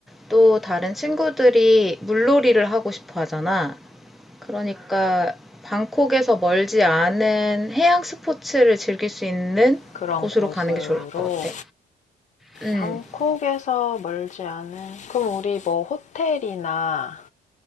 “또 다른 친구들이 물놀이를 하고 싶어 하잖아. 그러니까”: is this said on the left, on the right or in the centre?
Centre